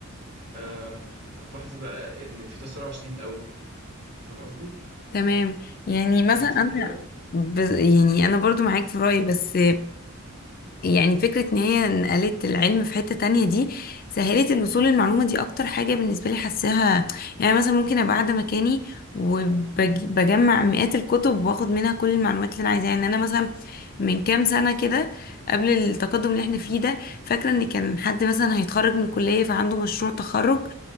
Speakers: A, on the right (about 50°); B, on the left (about 40°).
A: آم، هتلاحظي بقى ان في تسارع شديد قوي فاهم قصدي
B: تمام يعني مثلا
A: انت بتشوفي
B: انا
A: كده
B: ب... يعني انا برضو معاك في رأيي بس يعني فكرة ان هي نقلت العلم في حتة تانية دي سهلت الوصول للمعلومة دي اكتر حاجة بالنسبة لي حاساها يعني مثلا ممكن ابقى قاعدة مكاني وبجمع مئات الكتب واخد منها كل المعلومات اللي انا عايزاها يعني انا مثلا من كام سنة كده قبل التقدم اللي احنا فيه ده فاكرة ان كان حد مثلا هيتخرج من الكلية فعنده مشروع تخرج